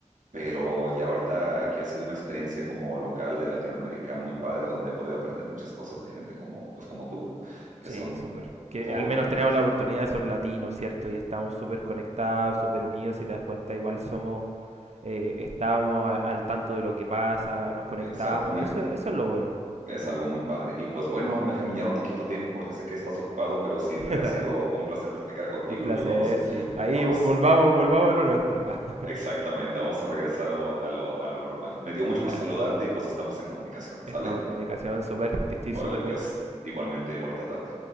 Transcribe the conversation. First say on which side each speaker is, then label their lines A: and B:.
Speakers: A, on the right; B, on the right.
A: pero ya ahorita aquí ha sido una experiencia como local de Latinoamérica muy padre, donde he podido aprender muchas cosas de gente como, pues como tú, que
B: Sí,
A: son
B: súper. Que
A: todos
B: al menos
A: latinos.
B: tenemos la oportunidad, son latinos, ¿cierto? Y estamos súper conectados, súper unidos. Si te das cuenta, igual somos, eh, estábamos a- al tanto de lo que pasa, nos conectamos
A: Exactamente.
B: y eso, eso es lo bueno.
A: Es algo muy padre. Y pues bueno, Benjamín, ya no te quito tiempo porque sé que estás ocupado, pero siempre
B: <laughs>
A: ha sido un placer platicar contigo
B: Un placer,
A: y pues vamos,
B: sí. Ahí
A: vamos,
B: vo- volvamos, volvamos a lo nuestro. <laughs>
A: exactamente, vamos a regresar a lo, a lo, a lo normal. Me dio mucho
B: Exacto.
A: gusto saludarte y pues estamos en comunicación, ¿sale?
B: Estamos en comunicación, súper, que estoy
A: Órale
B: súper
A: pues,
B: bien.
A: igualmente, bonita tarde.